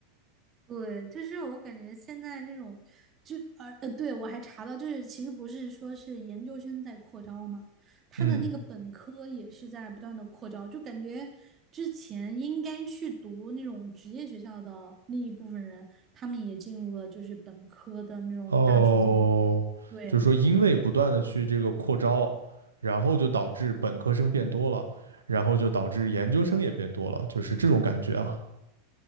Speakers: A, on the right; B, on the right.
A: 对，就是我感觉现在那种，就呃呃，对，我还查到，就是其实不是说是研究生在扩招嘛，他的那个本科也是在不断的扩招，
B: 嗯，
A: 就感觉之前应该去读那种职业学校的那一部分人，他们也进入了就是本科的那种大学进行。
B: 哦，
A: 对。
B: 就是说因为不断的去这个扩招，然后就导致本科生变多了，然后就导致研究生也变多了，就是这种感觉啊。